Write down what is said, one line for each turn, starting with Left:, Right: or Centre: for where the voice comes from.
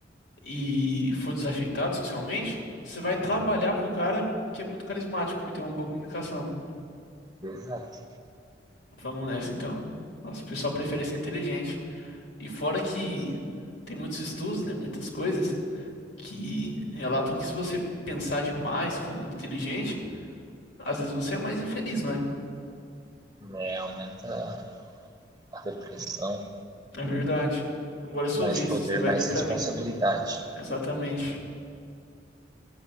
Left: e for desajeitado socialmente, você vai trabalhar pro cara que é muito carismático e tem uma boa comunicação.
Right: Exato.
Left: Vamos nessa, então. Mas o pessoal prefere ser inteligente. E fora que tem muitos estudos, né? Muitas coisas que relatam que se você pensar demais, se for muito inteligente, às vezes você é mais infeliz, não é?
Right: Né, aumenta a depressão,
Left: É verdade. Agora é sua
Right: mais
Left: vez,
Right: poder,
Left: você vai
Right: mais
Left: ler pra
Right: responsabilidade.
Left: mim. Exatamente.